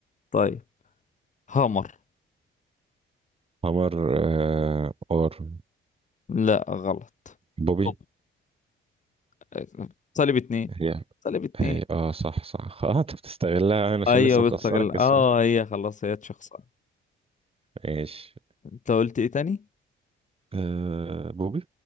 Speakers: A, on the left (about 40°); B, on the right (about 30°).
A: طيب هامر
B: قمر آه اور
A: لا غلط
B: بوبي
A: طب آه، صليب اتنين
B: هي
A: صليب اتنين
B: هي اه صح صح <laughs> اه انت بتستغلها يعني عشان
A: ايوه
B: لسه مخسرك
A: بتستغل اه
B: السؤال
A: هي خلاص هي شخصية
B: ماشي
A: انت قلت ايه تاني
B: آه بوبي